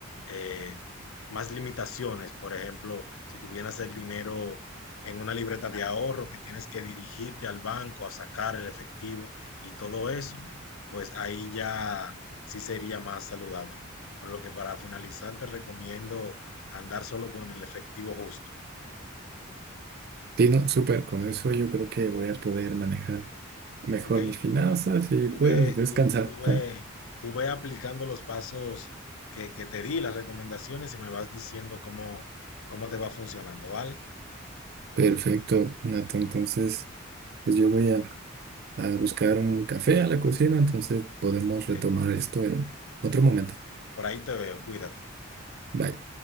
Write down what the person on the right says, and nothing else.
Sí, no, súper, con eso yo creo que voy a poder manejar mejor
mis finanzas y
pues
descansar.
Ah,
Perfecto, Nato. Entonces, pues yo voy a, a buscar un café a la cocina, entonces podemos
retomar esto en otro momento.
Bye.